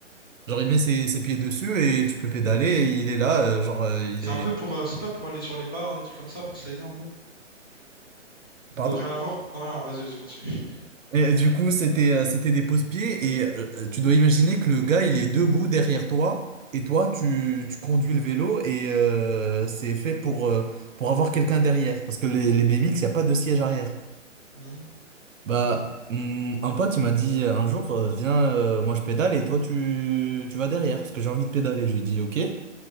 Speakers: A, on the right; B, on the left.
A: Genre, il met ses, ses pieds dessus et tu peux pédaler et il est là, euh, genre, euh, il
B: C'est
A: est...
B: un peu pour, euh, c'est pas pour aller sur les barres, des trucs comme ça, pour se l'aider un peu.
A: Pardon?
B: Oh, rien à voir? Non, rien, vas-y, vas-y, continue.
A: Et du coup, c'était euh, c'était des pose-pieds et euh, euh, tu dois imaginer que le gars, il est debout derrière toi et toi, tu, tu conduis le vélo et euh, c'est fait pour, euh, pour avoir quelqu'un derrière parce que les, les BMX, il n'y a pas de siège arrière.
B: Hmm.
A: Bah, hum, un pote, il m'a dit un jour, euh, viens, euh, moi je pédale et toi tu, tu vas derrière parce que j'ai envie de pédaler. Je lui ai dit ok. Et